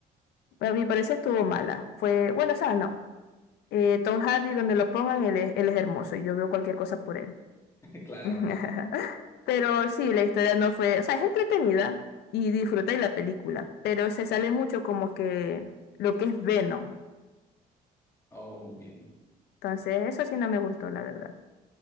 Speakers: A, on the left; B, on the left.
A: A mi parecer estuvo mala. Fue, bueno, o sea, no. Eh, Tom Hardy, donde lo pongan, él es, él es hermoso y yo veo cualquier cosa por él.
B: Claro,
A: <laughs>
B: claro.
A: Pero sí, la historia no fue, o sea, es entretenida y disfrutáis la película, pero se sale mucho como que lo que es Venom.
B: Oh, muy bien.
A: Entonces, eso sí no me gustó, la verdad.